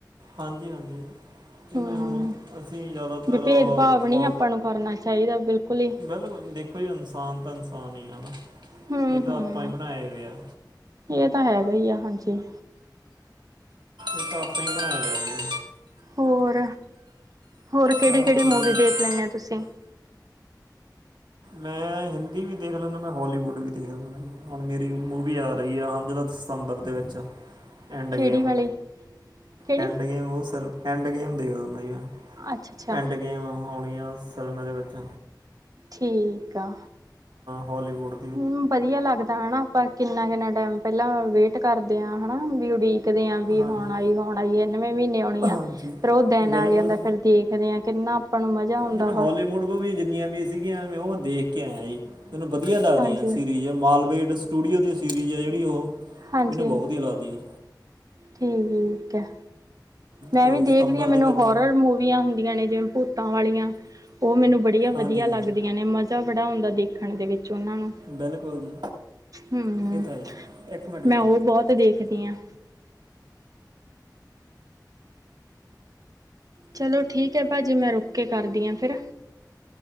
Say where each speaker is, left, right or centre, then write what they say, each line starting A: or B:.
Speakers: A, on the right; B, on the right.
A: ਹਾਂਜੀ ਹਾਂਜੀ, ਜਿਵੇਂ
B: ਹਮ
A: ਹੁਣ ਅਸੀਂ ਜ਼ਿਆਦਾਤਰ
B: ਵੀ ਭੇਦ ਭਾਵ ਨਹੀਂ
A: ਬੋ
B: ਆਪਾਂ ਨੂੰ ਕਰਨਾ ਚਾਹੀਦਾ। ਬਿਲਕੁਲ ਹੀ
A: ਬਿਲਕੁਲ ਦੇਖੋ ਜੀ, ਇਨਸਾਨ ਤਾਂ ਇਨਸਾਨ ਹੀ ਹੈ ਨਾ।
B: ਹਮ
A: ਇਹ ਤਾਂ
B: ਹਮ
A: ਆਪਾਂ ਹੀ ਬਣਾਏਆ ਹੋ ਆ।
B: ਇਹ ਤਾਂ ਹੈਗਾ ਹੀ ਆ, ਹਾਂਜੀ।
A: ਅਪਾ ਹੀ ਬਣਾਏ ਲੈਂਦੇ।
B: ਹੋਰ, ਹੋਰ ਕਿਹੜੀ
A: ਬਸ
B: ਕਿਹੜੀ
A: ਠੀਕ
B: ਮੂਵੀ ਦੇਖ ਲੈਂਦੇ ਹੋ ਤੁਸੀਂ?
A: ਮੈਂ ਹਿੰਦੀ ਵੀ ਦੇਖ ਲੈਂਦਾ, ਮੈਂ ਹੋਲੀਵੁੱਡ ਵੀ ਦੇਖ ਲੈਂਦਾ। ਹੁਣ ਮੇਰੀ ਮੂਵੀ ਆ ਰਹੀ ਆ ਹੁਣ ਜਿਹਦਾ ਸਤੰਬਰ ਦੇ ਵਿੱਚ ਐਂਡ
B: ਕਿਹੜੀ
A: ਗੇਮ,
B: ਵਾਲੀ ਕਿਹੜੀ
A: ਐਂਡ ਗੇਮ ਉਹ ਐਂਡ ਗੇਮ ਦੇਖਦਾ ਹੁੰਦਾ ਜੀ ਮੈਂ
B: ਅੱਛਾ- ਅੱਛਾ।
A: ਐਂਡ ਗੇਮ ਆਉਣੀਆਂ ਸਿਨਮੇ ਦੇ ਵਿੱਚ
B: ਠੀਕ ਆ।
A: ਹੋਲੀਵੁੱਡ
B: ਹਮ, ਵਧੀਆ ਲੱਗਦਾ ਹਨਾ ਆਪਾਂ ਕਿੰਨਾ ਕਿੰਨਾ ਟਾਈਮ ਪਹਿਲਾਂ ਵੇਟ ਕਰਦੇ ਹਾਂ ਹੈ ਨਾ, ਵੀ ਉਡੀਕਦੇ ਆਂ ਵੀ
A: ਹਾਂਜੀ
B: ਹੁਣ ਆਈ ਹੁਣ ਏ ਨਵੇਂ ਮਹੀਨੇ ਆਉਣੀ ਆ,
A: ਹਾਂਜੀ
B: ਫਿਰ ਉਹ ਦਿਨ
A: ਬਿਲਕੁਲ
B: ਆ ਜਾਂਦਾ ਫੇਰ ਦੇਖਦੇ ਆਾਂ ਕਿੰਨਾ ਨੂੰ ਮਜ਼ਾ ਆਉਂਦਾ
A: ਜਿਵੇਂ
B: ਵਾ
A: ਹੋਲੀਮੁੱਡ ਵ ਵੀ ਜਿੰਨੀਆਂ ਵੀ ਸੀਗੀਆਂ ਮੈਂ ਉਹ ਦੇਖ ਕੇ ਆਇਆ ਜੀ, ਮੈਨੂੰ ਵਧੀਆ ਲੱਗਦੀਆਂ
B: ਹਾਂਜੀ
A: ਸੀਰੀਜ ਮਾਲਵੇ ਸਟੂਡੀਓ ਦੀਆਂ ਸੀਰੀਜ਼ ਆ ਜਿਹੜੀ ਉਹ,
B: ਹਾਂਜੀ
A: ਮੈਨੂੰ ਬਹੁਤ ਵਧੀਆ ਲੱਗਦੀ ਹੈ।
B: ਠੀਕ ਕ ਹੈ ਮੈਂ
A: ਤੇ
B: ਵੀ ਦੇਖਦੀ
A: ਸਤੰਬਰ
B: ਹਾਂ, ਮੈਨੂੰ
A: ਦੇ ਵਿੱਚ
B: ਹੋਰਰ ਮੂਵੀਆਂ ਵਧੀਆ ਨੇ ਜਿਵੇਂ ਭੂਤਾਂ ਵਾਲੀਆਂ, ਉਹ ਮੈਨੂੰ ਬੜੀਆ ਵਧੀਆ
A: ਹਾਂਜੀ ਹਾਂਜੀ
B: ਲੱਗਦੀ। ਮਜ਼ਾ ਬੜਾ ਆਉਂਦਾ ਦੇਖਣ ਦੇ ਵਿੱਚ ਉਹਨਾਂ ਨੂੰ
A: ਬਿਲਕੁਲ ਜੀ
B: ਹਮ,
A: ਇਹ ਤਾਂ ਹੈ ਜੀ ਇੱਕ ਮਿੰਟ ਜੀ
B: ਮੈਂ ਉਹ ਬਹੁਤ ਦੇਖਦੀ ਹਾਂ। ਚਲੋ ਠੀਕ ਹੈ ਭਾਜੀ, ਮੈਂ ਰੁਕ ਕੇ ਕਰਦੀ ਹਾਂ ਫਿਰ।